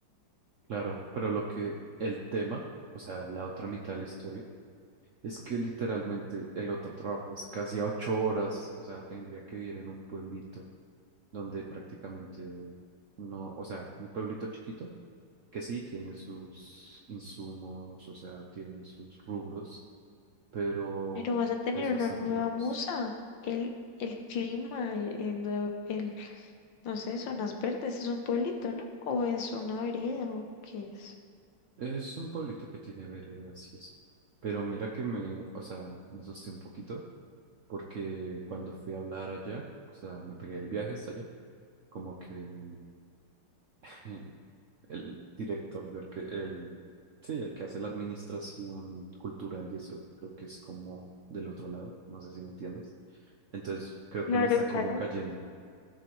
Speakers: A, on the right; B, on the left.
A: Claro, pero lo que el tema, o sea, la otra mitad de la historia, es que literalmente el otro trabajo es casi a ocho horas, o sea, tendría que vivir en un pueblito donde prácticamente no, o sea, un pueblito chiquito que sí tiene sus insumos, o sea, tiene sus rubros, pero
B: Pero vas a tener
A: es bastante
B: una nueva
A: lejos.
B: musa. El, el clima, el, el nuevo- el- no sé, zonas verdes, es un pueblito, ¿no? O es una vereda o qué es.
A: Es un pueblito que tiene veredas y eso. Pero mira que me, o sea, me asusté un poquito porque cuando fui a hablar allá, o sea, me pegué el viaje hasta allá, como que el <laughs> el director de orque- el, sí, el que hace la administración cultural y eso, creo que es como del otro lado, no sé si me entiendas. Entonces, creo
B: Claro,
A: que me está como
B: claro.
A: cayendo.